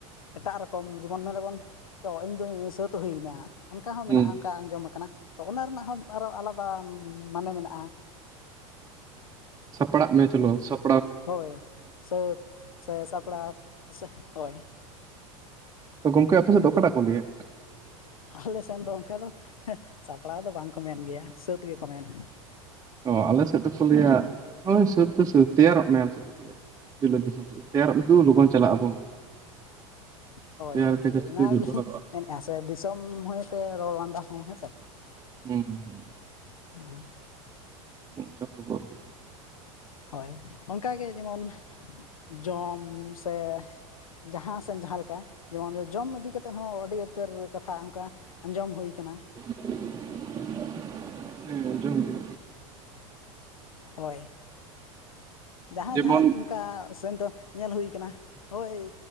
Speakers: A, on the left (about 80°); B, on the right (about 20°).
A: ᱮᱴᱟᱜ ᱨᱚᱠᱚᱢ ᱡᱮᱢᱚᱱ ᱢᱮᱱᱫᱟᱵᱚᱱ ᱪᱚ ᱤᱧᱫᱚᱧ ᱥᱟᱹᱛ ᱦᱩᱭᱮᱱᱟ ᱚᱱᱠᱟ ᱦᱚᱸ
B: ᱦᱩᱸ
A: ᱢᱮᱱᱟᱜᱼᱟ ᱚᱱᱠᱟ ᱟᱸᱡᱚᱢ ᱟᱠᱟᱱᱟ ᱛᱚ ᱚᱱᱟ ᱨᱮᱱᱟᱜ ᱦᱚᱸ ᱟᱨᱚ ᱟᱞᱟᱫᱟ ᱢᱟᱱᱮ ᱢᱮᱱᱟᱜᱼᱟ
B: ᱥᱟᱯᱲᱟᱜ ᱢᱮ ᱪᱚᱞᱚ ᱥᱟᱵ
A: ᱦᱳᱭ ᱥᱟᱹᱛ ᱥᱮ ᱥᱟᱯᱲᱟᱣ ᱦᱳᱭ
B: ᱛᱚ ᱜᱚᱝᱠᱮ ᱟᱯᱮ ᱥᱮᱫ ᱫᱚ ᱚᱠᱟᱴᱟᱜ ᱠᱚ ᱞᱟᱹᱭᱟ
A: ᱟᱞᱮ ᱥᱮᱱ ᱫᱚ ᱚᱱᱠᱟ ᱫᱚ ᱥᱟᱯᱲᱟᱣ ᱫᱚ ᱵᱟᱝᱠᱚ ᱢᱮᱱ ᱜᱮᱭᱟ ᱥᱟᱹᱛ ᱜᱮᱠᱚ ᱢᱮᱱᱟ᱾
B: ᱚ ᱟᱞᱮ ᱥᱮᱫ ᱫᱚᱠᱚ ᱞᱟᱹᱭᱟ ᱦᱳᱭ ᱥᱟᱹᱛ ᱫᱚ ᱥᱟᱹᱛ ᱛᱮᱭᱟᱨᱚᱜ ᱢᱮ ᱟᱞᱮ ᱥᱮᱫ ᱫᱚᱠᱚ ᱞᱟᱹᱭᱟ ᱵᱤᱞᱟᱹᱛ ᱫᱤᱥᱚᱢ ᱛᱮᱭᱟᱨᱚᱜᱩ ᱞᱚᱜᱚᱱ ᱪᱟᱞᱟᱜ ᱟᱵᱚᱱ
A: ᱦᱳᱭ
B: ᱛᱮᱭᱟᱨ
A: ᱦᱳᱭ
B: ᱜᱮ
A: ᱦᱳᱭ
B: ᱡᱟᱹᱥᱛᱤ
A: ᱱᱟ᱾
B: ᱵᱮᱵᱚᱦᱟᱨᱚᱜᱼᱟ
A: ᱦᱮᱸ ᱥᱮ ᱫᱤᱥᱚᱢ ᱦᱚᱭᱛᱮ ᱨᱚᱲ ᱞᱟᱸᱫᱟ ᱦᱚᱸ ᱦᱮᱸᱥᱮ
B: ᱦᱩᱸ
A: ᱦᱩᱸ
B: ᱚᱱᱠᱟ ᱠᱷᱚᱵᱚᱨ ᱫᱟ
A: ᱦᱳᱭ ᱚᱱᱠᱟᱜᱮ ᱡᱮᱢᱚᱱ ᱡᱚᱢ ᱥᱮ ᱡᱟᱦᱟᱸ <unintelligible> ᱡᱟᱦᱟᱸ ᱞᱮᱠᱟ ᱡᱮᱢᱚᱱ ᱡᱚᱢ ᱤᱫᱤ ᱠᱟᱛᱮᱫ ᱦᱚᱸ ᱟᱹᱰᱤ ᱩᱛᱟᱹᱨ ᱠᱟᱛᱷᱟ ᱚᱱᱠᱟ ᱟᱸᱡᱚᱢ ᱦᱩᱭ ᱟᱠᱟᱱᱟ
B: ᱦᱩᱸ <unintelligible>
A: ᱦᱳᱭ ᱡᱟᱦᱟᱸ
B: ᱡᱮᱢᱚᱱ
A: ᱡᱟᱦᱟᱸ ᱚᱱᱠᱟ ᱥᱮᱱ ᱫᱚ ᱧᱮᱞ ᱦᱩᱭ ᱠᱟᱱᱟ ᱦᱳᱭ